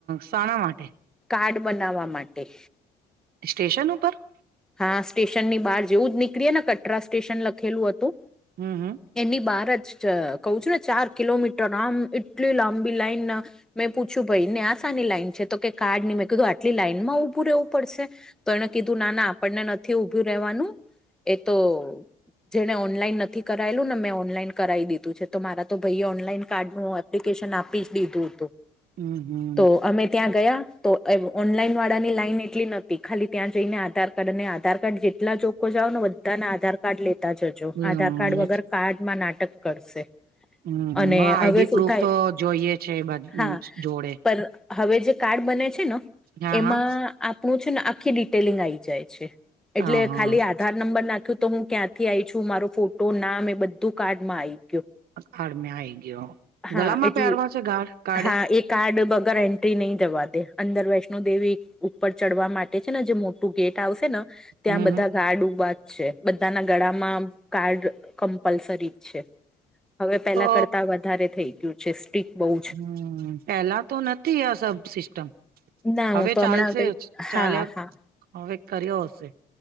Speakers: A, on the right; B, in the centre.
A: સાંના માટે.
B: કાર્ડ બનાવવા માટે.
A: સ્ટેશન ઉપર.
B: હા સ્ટેશન ની બહાર જેવું જ નીકળીએ ને કટરા સ્ટેશન લખેલું હતું.
A: હમ હમ.
B: એની બહાર જ કહું છું ને ચાર કિલોમીટર આમ એટલી લાંબી લાઈન. મેં પૂછ્યું ભઈ ને આ સાની લાઈન છે તો કે કાર્ડ ની મેં કીધું આટલી લાઈનમાં ઊભું રહેવું પડશે. તો એણે કીધું ના ના આપણને નથી ઊભું રહેવાનું એ તો જેને ઓનલાઈન નથી કરાયેલું ને મેં ઓનલાઈન કરાવી દીધું છે તો મારા તો ભઈએ ઓનલાઈન કાર્ડનું હત પ્લિકેશન આપી જ દીધું હતું.
A: હમ હમ.
B: તો અમે ત્યાં ગયા તો એવ ઓનલાઈન વાળાની લાઈન એટલી નતી ખાલી ત્યાં જઈને આધાર કાર્ડ અને આધાર કાર્ડ જેટલા ચોખો જાવન વચ તાના આધાર કાર્ડ લેતા જજો
A: હમ
B: આધાર કાર્ડ વગર કાર્ડ માં નાટક કરશે.
A: હમ
B: અને
A: મ આઈડી
B: હવે શું
A: પ્રૂફ
B: થાય
A: તો જોઈએ છે બધુજ
B: હા
A: જોડે.
B: પણ હવે જે કાર્ડ બને છે ને
A: હા
B: એમાં
A: હા
B: આપણું છે ને આખી ડિટેલિંગ આઈ જાય છે. એટલે
A: હા હા
B: ખાલી આ ધાર નંબર નાખ્યું તો હું ક્યાંથી આઈ છું મારો ફોટો નામ એ બધું કાર્ડમાં આયી
A: કાડ મે આઈ ગ્યો
B: હા
A: ગળામાં
B: એટલે
A: પહેરવા છે ગાઢ કાઢે.
B: હા એ કાર્ડ વગર એન્ટ્રી નહીં જવા દે. અંદર વૈષ્ણો દેવી ઉપર ચડવા માટે છે ને જે મોટું ગેટ આવશે ન ત્યાં
A: હમ
B: બધા
A: હમ
B: ગાડ ઉભા છે બધાના ગળામાં કાર્ડ કમ્પલસરી જ છે. હવે પેલા
A: તો
B: કરતા વધારે થઈ ગયું છે સ્ટિક બઉ.
A: હમ પેલા તો નથી આ સબ સિસ્ટમ.
B: ના હું
A: હવે
B: તો
A: ચાલશે
B: હમણાં કઈ
A: ચાલ્યા
B: હા હા
A: હવે કર્યો હશે.